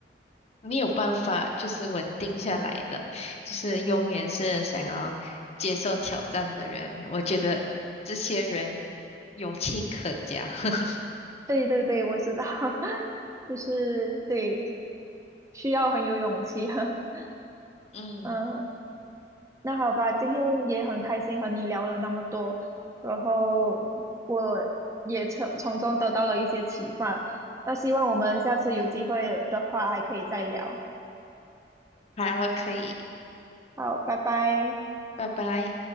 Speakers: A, on the left; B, on the right.
A: 没有办法，就是稳定下来的，就是永远是想要接受挑战的人。我觉得这些人勇气可嘉。<laughs>
B: 对对对，我知道，<laughs> 就是对，需要很有勇气。<laughs>
A: 嗯，
B: 嗯。那好吧，今天也很开心和你聊了那么多，然后我也从从中得到了一些启发。那希望我们下次有机会的话还可以再聊。
A: 好，可以，
B: 好，拜拜。
A: 拜拜。